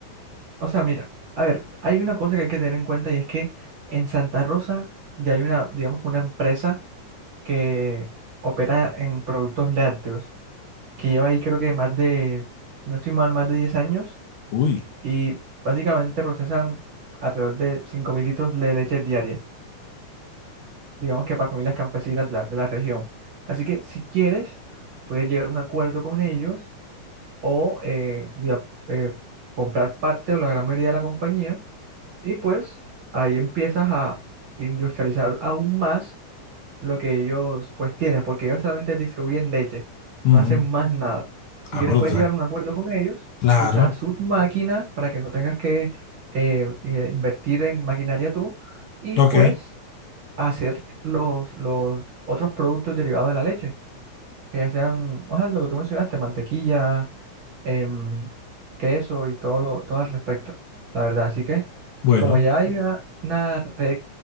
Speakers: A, on the right (about 45°); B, on the left (about 60°).
A: o sea, mira, a ver, hay una cosa que hay que tener en cuenta y es que en Santa Rosa ya hay una, digamos, que una empresa que opera en productos lácteos, que lleva ahí creo que más de, si no estoy mal, más de 10 años
B: Uy,
A: y básicamente procesan alrededor de 5.000 litros de leche diaria. digamos que para familias campesinas de la, de la región. Así que si quieres, puedes llegar a un acuerdo con ellos o eh, diga- eh, comprar parte o la gran mayoría de la compañía y pues ahí empiezas a industrializar aún más lo que ellos pues tienen, porque ellos solamente distribuyen leche, no
B: ujú.
A: hacen más nada. Si
B: Ah,
A: quieres,
B: pero,
A: puedes
B: o sea,
A: llegar a un acuerdo con ellos,
B: claro,
A: usar sus máquinas para que no tengas que eh, eh, invertir en maquinaria tú y
B: ok,
A: pues a hacer los, los otros productos derivados de la leche, que ya sean, o sea, lo que tú mencionaste, mantequilla, em, queso y todo lo, todo al respecto, la verdad. Así que,
B: bueno,
A: como ya hay una, una red